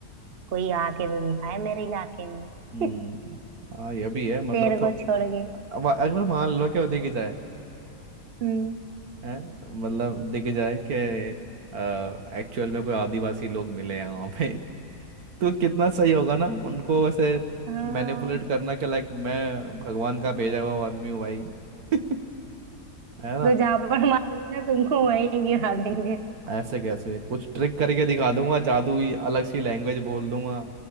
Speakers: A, on the right; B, on the right.
A: कोई आके तो दिखाए मेरे इलाके में
B: हम्म
A: <laughs>
B: हाँ ये भी है मतलब
A: तेरे को छोड़ के
B: थोड़ा अब अगर मान लो कि वो देखी जाए
A: हम्म
B: है मतलब देखी जाए कि एक्चुअल में कोई आदिवासी लोग मिले हैं वहाँ पे <laughs> तो कितना सही होगा ना उनको वैसे
A: हाँ
B: मैनिपुलेट करना कि लाइक मैं भगवान का भेजा हुआ आदमी हूँ भाई <laughs> है ना
A: तो जहां पर मार देना तुमको वहीं गिरा देंगे
B: ऐसे कैसे कुछ ट्रिक करके दिखा दूंगा जादू ही अलग सी लैंग्वेज बोल दूंगा